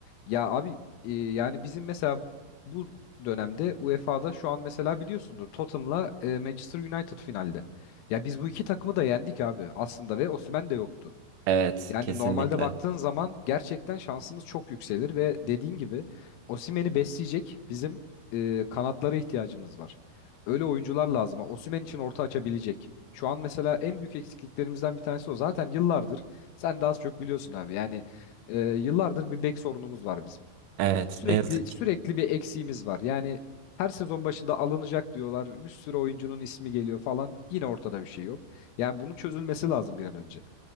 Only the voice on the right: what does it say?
Evet,
kesinlikle.
Evet,
ne yazık
ki.